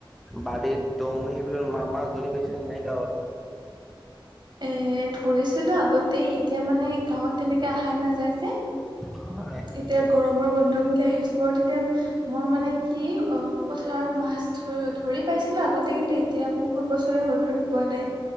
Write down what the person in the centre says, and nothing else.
বাৰীত দং সেইবিলাক মামা যৰি পাইছে নাই গাঁৱত?
হয়।